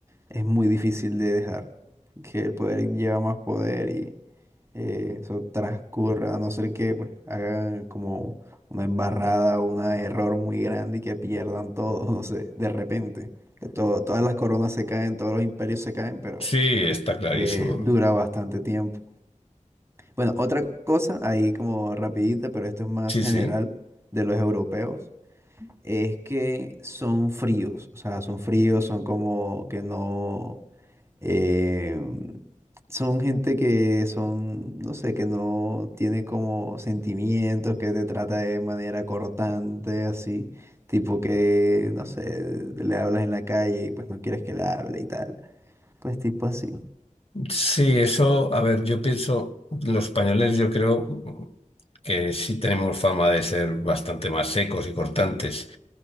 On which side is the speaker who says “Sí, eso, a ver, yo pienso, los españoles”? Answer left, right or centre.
Left